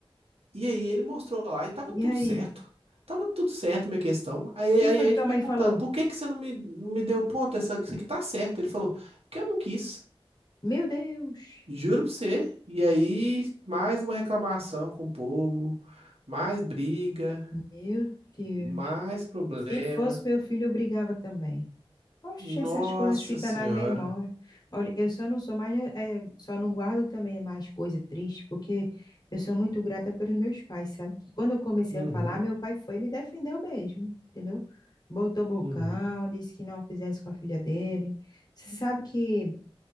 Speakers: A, on the right; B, on the left.
A: E aí ele mostrou lá e tava
B: E
A: tudo
B: aí?
A: certo.
B: O
A: Tava tudo certo, minha questão. Aí,
B: que
A: aí
B: foi
A: a
B: que
A: gente
B: tua
A: perguntando,
B: mãe falou?
A: por que que você não me, não me deu ponto? Essa, isso aqui tá certo. Ele falou, porque eu não quis.
B: Meu Deus.
A: Juro pra você. E aí, mais uma reclamação com o povo, mais briga,
B: Meu Deus.
A: mais problema.
B: Se fosse meu filho, eu brigava também. Oxe,
A: Nossa
B: essas coisas ficam
A: Senhora.
B: na memória. Olha, eu só não sou mais, eh, eh, só não guardo também mais coisa triste, porque eu sou muito grata pelos meus pais, sabe? Que quando eu comecei
A: Uhum,
B: a falar, meu pai foi e me defendeu mesmo, entendeu? Botou bocão,
A: uhum,
B: disse que não fizesse com a filha dele. Você sabe que